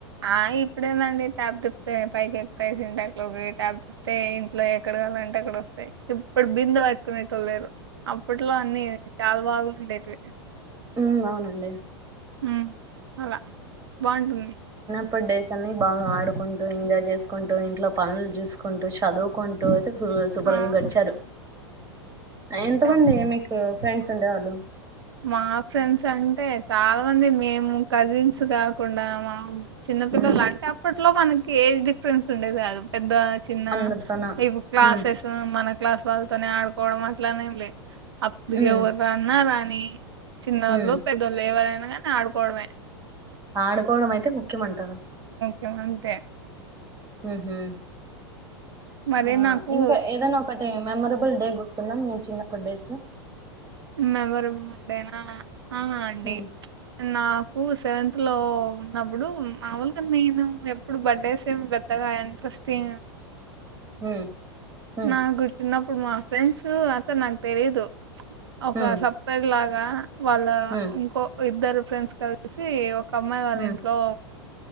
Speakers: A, on the right; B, on the right.
A: ఆ ఇప్పు ఇప్పుడెంద ట్యాబ్ తిప్తే పైకి ఎక్కుతాయి సింటాక్లోకి టాబ్ తిప్తే ఇంట్లో ఎక్కడ కావాలంటే అక్కడ వస్తాయి ఇప్పుడు బిందే పట్టుకునేటోల్లేరు అప్పట్లో అన్ని చాలా బాగా ఉండేవి
B: ఉమ్ అవునండి
A: ఉమ్ అలా బావుంటుంది
B: అప్పుడు డేస్ అన్ని బాగా ఆడుకుంటూ ఎంజాయ్ చేసుకుంటూ ఇంట్లో పనులు చూసుకుంటూ చదువుకుంటూ సూపర్
A: ఆ
B: గా గడిచారు ఎంతమంది
A: చాలా
B: మీకు ఫ్రెండ్ స్ ఉండేవాళ్లు
A: మా ఫ్రెండ్స్ అంటే చాలా మంది మేము కజిన్స్ కాకుండా మా చిన్నపిల్లలు
B: ఉమ్
A: అంటే అప్పట్లో మనకి ఏజ్ డిఫరెన్స్ ఉండేది కాదు పెద్ద చిన్న
B: అందరితోన
A: ఇవి క్లాసెస్
B: ఉమ్
A: మన క్లాస్ వాళ్ళతోనే ఆడుకోవడం అట్లనేంలే అప్పుడిగ
B: ఉమ్
A: వర్రన్నా రాని చిన్నోళ్ళు
B: ఉమ్
A: పెద్దోళ్ళు ఎవరైనా గాని ఆడుకోవడమే
B: ఆడుకోవడం అయితే ముఖ్యం అంటారు
A: యమంతే
B: ఊహుమ్
A: మరి
B: ఆ
A: నాకు
B: ఇంకా ఏదైనా ఒకటి మెమరబుల్ డే గుర్తుందా మీ చిన్నప్పటి డేస్ లో
A: మెమొరబుల్ డేనా ఆ అండి
B: ఉమ్
A: నాకు కు సెవెంత లో ఉన్నప్పుడు మామూలుగా నేను ఎప్పుడు బడ్డేస్ పెద్దగా ఇంట్రెస్టింట్ ఎం
B: ఉమ్ ఉమ్
A: నాకు చిన్నప్పుడు మా ఫ్రెండ్స్ అసలు నాకు తెలీదు ఒక
B: ఉమ్
A: సప్రైజ్ లాగా వాళ్ళ
B: ఉమ్
A: ఇంకో ఇద్దరు ఫ్రెండ్స్ కలిసి ఒక అమ్మాయి వాళ్ళ
B: ఉమ్
A: ఇంట్లో